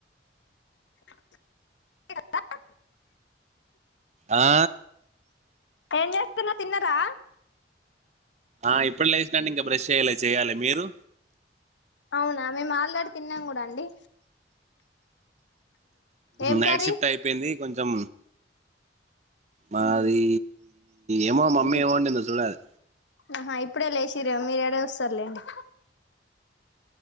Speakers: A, on the left; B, on the right.
A: ద
B: ఆ
A: ఏం చేస్తున్నా తిన్నరా
B: ఆ ఇప్పుడు లేసిన అండి ఇంకా బ్రెష్ చేయ్యాలి చెయ్యాలి మీరు
A: అవునా మేము ఆల్ రెడీ తిన్నాం కూడా అండి ఏం
B: నైట్
A: కర్రీ
B: షిఫ్ట్ అయిపోయింది కొంచం మారి
A: ఉహు
B: ఏమో మమ్మీ
A: ఇంక
B: ఏమి వండిందో చూడాలి
A: ఆహా ఇప్పుడే లేసిరేమో మీరెడ చూ స్తారులేండి